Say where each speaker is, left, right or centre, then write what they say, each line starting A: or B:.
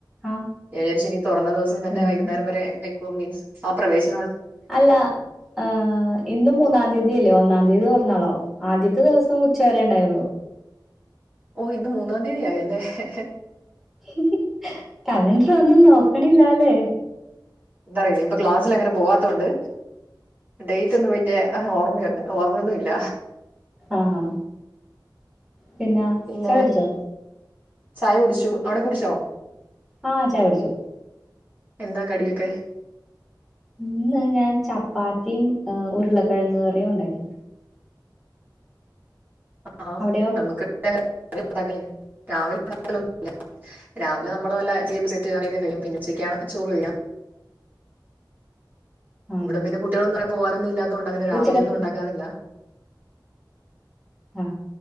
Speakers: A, in the centre; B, on the right.
A: ആഹ്
B: ഞാവിചാരിച്ചിനി തുറന്ന ദിവസം തന്നെ
A: ഇന്നും
B: വൈകുന്നേരം വരെ പേ മീസ് ആ പ്രവേശ്
A: അല്ല ഹ്... ഇന്ന് മൂന്നാം തീയതിയല്ലേ ഒന്നാം തി ഏത് പറഞ്ഞാളാവേ ആദ്യത്തെ ദിവസം ഉച്ചവരെ ഉണ്ടായുള്ളൂ
B: ഓ ഇന്ന് മൂന്നാം തിയ്യതി ആയല്ലേ ഹെ ഹെ
A: ഹ് ഹ് ഹ് കലണ്ടർ ഒന്നും നോക്കണില്ല ല്ലേ
B: എന്താറിയില്ല ഇപ്പ ക്ലാസിലങ്ങനെ പോവാത്തോണ്ട് ഡേറ്റ് ഒന്നും പിന്നെ. ഓർമ്മയുണ്ട് ഓർമ്മയൊന്നും ഇല്ല
A: ആഹ ആഹാ പിന്നാ
B: പിന്നെ
A: ചായെടിച്ചോ
B: ചായ കുടിച്ചു അവിടെ കുടിച്ചോ
A: ആഹ ചായെടിച്ചു
B: എന്താ കടിയൊക്കെ
A: ഇന്ന് ഞാൻ ചപ്പാത്തിയും ഉരുളക്കിഴങ്ങ് കറിയും ഉണ്ടാക്കി
B: <unintelligible>
A: അവിടെയോ
B: രാവിലെ നമ്മള് വല്ല ചേമ്പ് സെറ്റ് ഒക്കെ കഴിക്കും പിന്നെ ഉച്ചക്കാണ് ചോറ് കഴിക്ക.
A: ആണോ
B: ഇവിടെ പിന്നെ കുട്ടികളൊന്നും അങ്ങനെ പോകാനൊന്നും ഇല്ലാത്തൊണ്ട് അങ്ങനെ രാവിലെ
A: ഉച്ചകത്ത്
B: ഒന്നും ഉണ്ടാക്കാറില്ല.
A: ആ